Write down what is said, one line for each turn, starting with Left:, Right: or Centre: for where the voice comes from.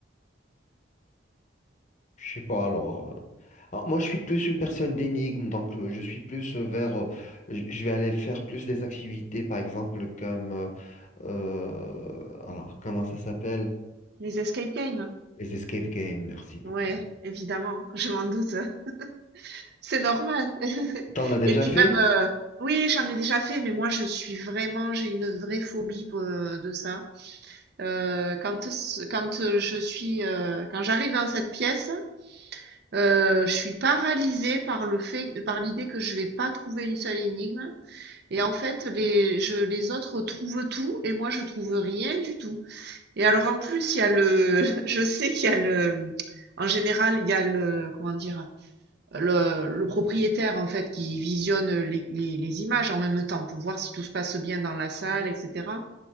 Left: Je sais pas, alors, euh, alors, Moi, je suis plus une personne d'énigme, donc euh, je suis plus euh, vers. euh, j- je vais aller faire plus des activités, par exemple, comme. euh, euh, alors, comment ça s'appelle?
Right: Les escape games?
Left: Les escape games, merci beaucoup.
Right: Ouais, évidemment, je m'en doute, <laughs> c'est normal. <laughs>
Left: T'en as déjà
Right: Et puis
Left: fait?
Right: même, heu, oui, j'en ai déjà fait, mais moi je suis vraiment j'ai une vraie phobie p de ça. Heu, quand ce quand, heu, je suis, heu, quand j'arrive dans cette pièce, heu, je suis paralysée par le fait par l'idée que je vais pas trouver une seule énigme et en fait les je les autres trouvent tout et moi je trouve rien du tout. Et alors en plus, il y a le, <laughs> je sais qu'il y a le, en général, il y a le, comment dire, le, le propriétaire en fait qui visionne les, les, les images en même temps pour voir si tout se passe bien dans la salle, etc.